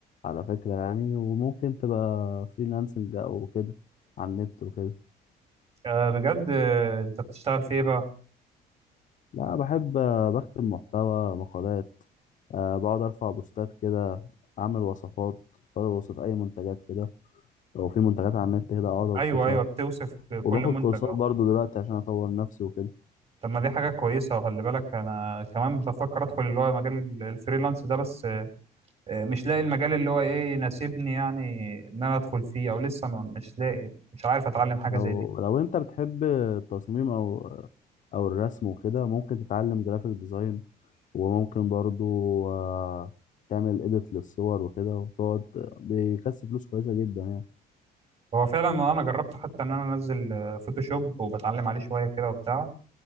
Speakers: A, on the left; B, on the right.
A: على فكره يعني وممكن تبقى فريلانسنج او كده على النت وكده
B: آه بجد آه، انت بتشتغل في ايه بقى
A: لا بحب آه، بكتب محتوى مقالات أه بقعد ارفع بوستات كده اعمل وصفات بوصف اي منتجات كده لو في منتجات على النت كده اقعد اوصفها
B: ايوه ايوه بتوصف
A: وباخد
B: كل منتج
A: كورسات
B: اه
A: برضو دلوقتي عشان اطور نفسي وكده
B: طب ما دي حاجه كويسه وخلي بالك انا كمان بفكر ادخل اللي هو مجال الفريلانس ده بس آه، مش لاقي المجال اللي هو ايه يناسبني يعني ان انا ادخل فيه او لسه ما- مش لاقي مش عارف اتعلم حاجه
A: لو
B: زي دي
A: لو انت بتحب التصميم او او الرسم وكده ممكن تتعلم جرافيك ديزاين وممكن برضو آه، تعمل اديت للصور وكده وتقعد بيكسب فلوس كويسة جدا يعني
B: هو فعلا انا جربت حتى ان انا انزل آه، فوتوشوب وبتعلم عليه شويه كده وبتاع